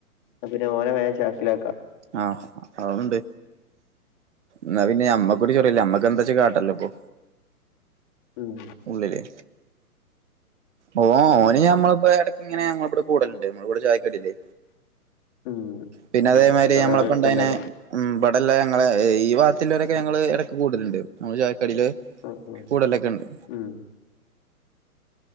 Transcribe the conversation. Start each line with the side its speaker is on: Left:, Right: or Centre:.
Left: അതുശരി, ഓന വേഗം ചാക്കിലാക്കാം.
Right: ആഹ്, അതുണ്ട്. ന്ന, പിന്നെ നമ്മക്കൊരു ചൊറായില്ല, നമ്മക്ക് എന്താച്ചാ കാട്ടല്ലോപ്പോ.
Left: ഉം.
Right: ഉള്ളില്ലേ. ഓ, ഓന് ഞമ്മളിപ്പോ ഇടക്ക ഇങ്ങനെ ഞ ഇവിടെ കൂടലുണ്ട്, നമ്മൾ ഇവിടെ ചായ്ക്കടലെ.
Left: ഉം
Right: പിന്നെ
Left: ആഹ്
Right: അതേമാരി
Left: നിങ്ങളവിടെ
Right: നമ്മളപ്പണ്ടായിനെ
Left: അടുത്തന്നെല്ലേ
Right: ഉം, ഇബടല്ലെ ഞങ്ങളെ, ഈ വാത്തിലവരൊക്കെ ഞങ്ങള് ഇടക്ക് കൂടുലണ്ട് നമ്മള് ചായക്കാടില്.
Left: ആഹ് ആഹ്
Right: കൂടലൊക്കെ ഉണ്ട്.
Left: ഉം ഉം ഉം.